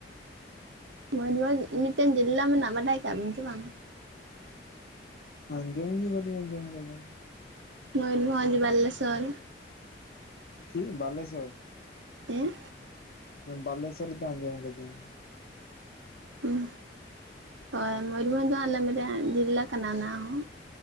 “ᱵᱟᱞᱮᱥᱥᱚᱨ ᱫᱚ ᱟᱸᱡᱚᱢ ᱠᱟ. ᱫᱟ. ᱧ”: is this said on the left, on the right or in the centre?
Left